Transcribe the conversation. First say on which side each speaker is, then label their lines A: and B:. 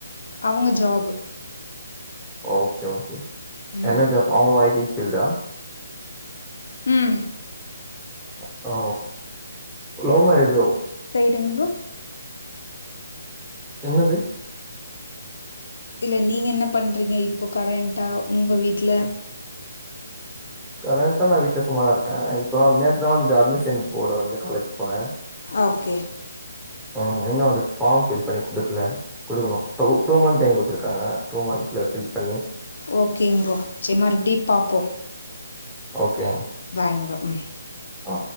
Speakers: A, on the left; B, in the centre.
A: அவுங்க ஜாபு
B: ஓகே ஓகே
A: ம்
B: என்ன ஜாப் அவுங்ளு ஐ டி ஃபீல்டா
A: ம்
B: அப்போ லவ் மேரேஜோ
A: டெங் ப்ரோ
B: என்னது
A: இல்ல நீங்க என்ன பண்றீங்க இப்போ கரெண்ட்டா உங்க வீட்ல
B: கரெண்டா நா வீட்ல சும்மாதா இருக்கே இப்ப தா நேத்துதா வந்து அட்மிஷன் போட வந்தே காலேஜ் போனே
A: ஓகே
B: ம் இன்னு வந்து ஃபாம் ஃபில் பண்ணி குடுக்ல குடுக்கனு டூ டூ மந்த் டைம் குட்த்துருக்காங்க டூ மந்த்ல ஃபில் பண்ணி
A: ஓகேங் ப்ரோ சேரி மறுப்டி பாப்போ
B: ஓகே
A: பாய்ங் ப்ரோ ம்
B: ஆ